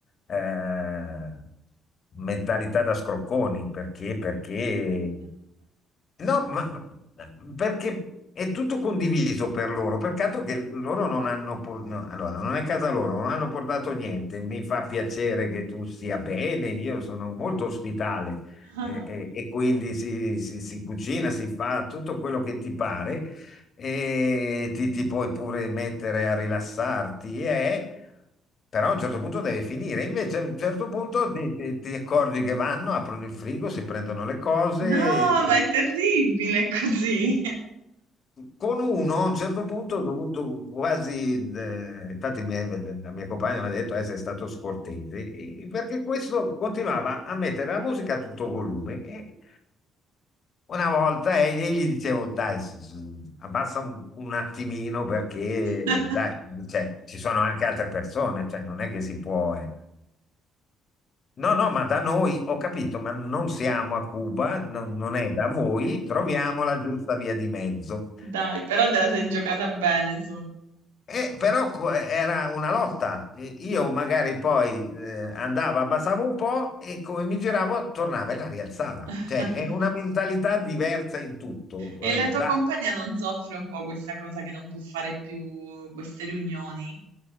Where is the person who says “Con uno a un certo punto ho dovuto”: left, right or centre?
Left